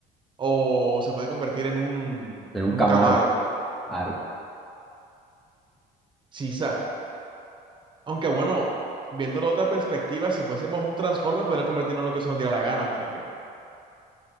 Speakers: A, on the right; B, in the centre.
A: o se puede convertir en un,
B: en un
A: en
B: Camaro.
A: un Camaro,
B: Claro.
A: quizá. Aunque bueno, viéndolo de otra perspectiva, si fuésemos un Transformer, podríamos convertirnos en lo que se nos diera la gana, marica.